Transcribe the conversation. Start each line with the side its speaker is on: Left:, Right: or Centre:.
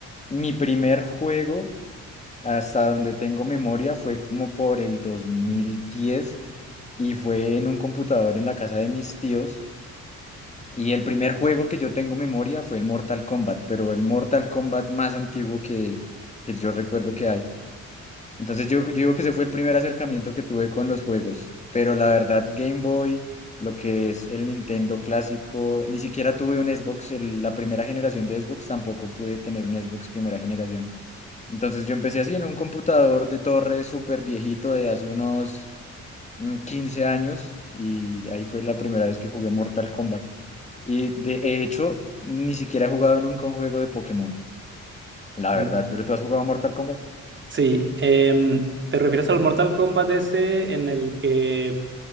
Left: mi primer juego, hasta donde tengo memoria, fue como por el 2010 y fue en un computador en la casa de mis tíos. Y el primer juego que yo tengo memoria fue el Mortal Kombat, pero el Mortal Kombat más antiguo que, que yo recuerdo que hay. Entonces yo, yo digo que ese fue el primer acercamiento que tuve con los juegos, pero la verdad Game Boy, lo que es el Nintendo clásico, ni siquiera tuve un Xbox, el- la primera generación de Xbox tampoco pude tener un Xbox primera generación. Entonces yo empecé así en un computador de torre súper viejito de hace unos mm, 15 años y ahí fue la primera vez que jugué Mortal Kombat. Y de hecho, ni siquiera he jugado nunca un juego de Pokémon, la
Right: En-
Left: verdad, pero ¿tú has jugado Mortal Kombat?
Right: Sí, em, ¿te refieres al Mortal Kombat ese en el que